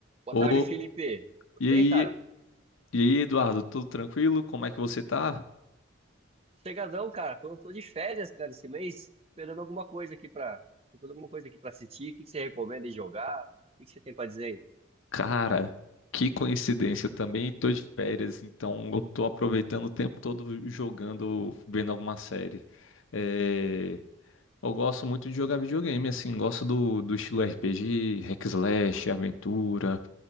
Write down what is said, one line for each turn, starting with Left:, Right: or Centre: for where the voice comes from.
Right: Boa
Left: Ô,
Right: tarde, Felipe. Tudo
Left: e
Right: bem,
Left: aí,
Right: cara?
Left: e aí, Eduardo, tudo tranquilo? Como é que você tá?
Right: Chegadão, cara. Tô, tô de férias, cara, esse mês. Esperando alguma coisa aqui pra, esperando alguma coisa aqui pra assistir. O que que você recomenda de jogar? O que que você tem pra dizer aí?
Left: Cara, que coincidência, eu também tô de férias, então eu tô aproveitando o tempo todo jogando, vendo alguma série. É, Eu gosto muito de jogar videogame, assim, gosto do, do estilo RPG, hack slash, aventura.